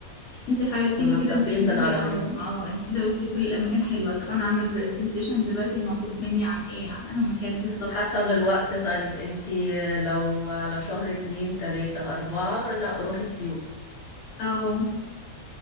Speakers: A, on the left (about 85°); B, on the left (about 55°).
A: انت حيرتيني
B: كنا
A: كده
B: مسافرين
A: انت قلتي
B: بالعربية
A: لي اه اه انت كده قلتي لي كل الاماكن حلوه طب انا هعمل برزنتيشن دلوقتي المطلوب مني عن ايه عن انه مكان بالظبط
B: حسب الوقت طيب انتي لو على شهر اتنين تلاتة أربعة لا روحي سيوة
A: اه